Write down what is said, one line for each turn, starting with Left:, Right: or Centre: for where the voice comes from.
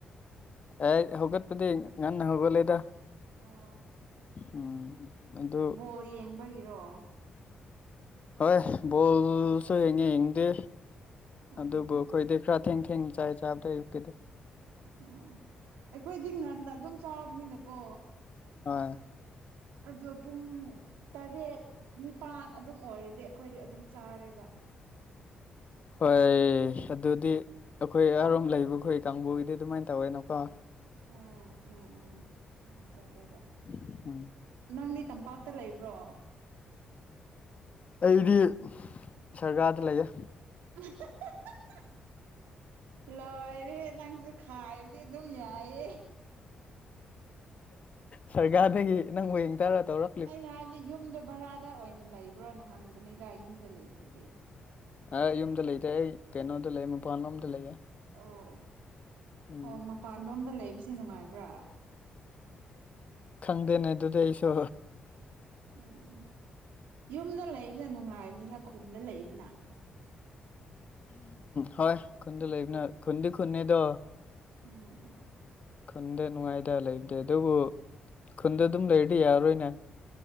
Left: ꯑꯦ ꯍꯧꯒꯠꯄꯗꯤ ꯉꯥꯟꯅ ꯍꯧꯒꯠ ꯂꯩꯗ
Right: ꯑꯣ
Left: ꯎꯝ ꯑꯗꯨ
Right: ꯕꯣꯜ ꯌꯦꯡꯕꯒꯤꯔꯣ
Left: ꯍꯣꯏ ꯕꯣꯜꯁꯨ ꯌꯦꯡꯉꯦ ꯌꯦꯡꯗꯦ
Right: ꯑꯣ
Left: ꯑꯗꯨꯕꯨ ꯑꯩꯈꯣꯏꯗꯤ ꯈꯔ ꯊꯦꯡ ꯊꯦꯡ ꯆꯥꯏ ꯆꯥꯕꯗ ꯑꯌꯨꯛꯀꯤꯗꯤ
Right: ꯑꯣ ꯑꯩꯈꯣꯏꯗꯤ ꯉꯟꯅ ꯑꯗꯨꯝ ꯆꯥꯕꯅꯤꯅꯀꯣ
Left: ꯍꯣꯏ
Right: ꯑꯗꯣ ꯄꯨꯡ ꯇꯔꯦꯠ ꯅꯤꯄꯥꯜ ꯑꯗꯨꯝ ꯑꯣꯏꯔꯗꯤ ꯑꯩꯈꯣꯏꯗꯤ ꯑꯗꯨꯝ ꯆꯥꯔꯦꯕ
Left: ꯍꯣꯏ ꯑꯗꯨꯗꯤ ꯑꯩꯈꯣꯏ ꯑꯔꯣꯝ ꯂꯩꯕꯈꯣꯏ ꯀꯥꯡꯕꯨꯒꯤꯗꯤ ꯑꯗꯨꯃꯥꯏꯅ ꯇꯧꯋꯦꯅꯣꯀꯣ
Right: ꯎꯝ ꯎꯝ ꯎꯝ ꯑꯗꯨꯃꯥꯏꯅ ꯇꯧꯋꯦꯕ
Left: <unintelligible> ꯎꯝ
Right: ꯅꯪꯗꯤ ꯇꯝꯄꯥꯛꯇ ꯂꯩꯕ꯭ꯔꯣ
Left: ꯑꯩꯗꯤ ꯁꯔꯀꯥꯔꯗ ꯂꯩꯌꯦ
Right: <inaudible> ꯂꯣꯏꯔꯦꯍꯦ ꯅꯪꯁꯨ ꯈꯥꯏꯕꯗꯤ ꯑꯗꯨꯝ ꯌꯥꯏꯌꯦ
Left: ꯁꯔꯒꯥꯗꯒꯤ ꯅꯪꯕꯨ ꯌꯦꯡ ꯇꯔ ꯇꯧꯔꯣ
Right: ꯑꯩꯅ ꯍꯥꯏꯗꯤ ꯌꯨꯝꯗꯣ ꯚꯔꯥꯗ ꯑꯣꯏꯅ ꯂꯩꯕ꯭ꯔꯣꯅ ꯍꯪꯕꯅꯤꯗ ꯌꯨꯝꯗ ꯂꯩꯇ꯭ꯔꯗꯤ
Left: ꯑ ꯌꯨꯝꯗ ꯂꯩꯇꯦ ꯑꯩ ꯀꯩꯅꯣꯗ ꯂꯩ ꯃꯄꯥꯟꯂꯣꯝꯗ ꯂꯩꯌꯦ
Right: ꯑꯣ
Left: ꯎꯝ
Right: ꯑꯣ ꯃꯄꯥꯟ ꯂꯣꯝꯗ ꯂꯩꯕꯁꯤ ꯅꯨꯡꯉꯥꯏꯕ꯭ꯔꯥ
Left: ꯈꯪꯗꯦꯅꯦ ꯑꯗꯨꯗꯤ ꯑꯩꯁꯨ
Right: ꯎꯝ ꯌꯨꯝꯗ ꯂꯩꯕꯅ ꯅꯨꯡꯉꯥꯏꯕꯅꯤꯅ ꯈꯨꯟꯗ ꯂꯩꯕꯅ
Left: ꯍꯣꯏ ꯈꯨꯟꯗ ꯂꯩꯕꯅ ꯈꯨꯟꯗꯤ ꯈꯨꯟꯅꯦꯗꯣ
Right: ꯎꯝ
Left: ꯈꯨꯟꯗ ꯅꯨꯡꯉꯥꯏꯇ ꯂꯩꯕꯗꯦ ꯑꯗꯨꯕꯨ ꯈꯨꯟꯗ ꯑꯗꯨꯝ ꯂꯩꯔꯗꯤ ꯌꯥꯔꯔꯣꯏꯅꯦ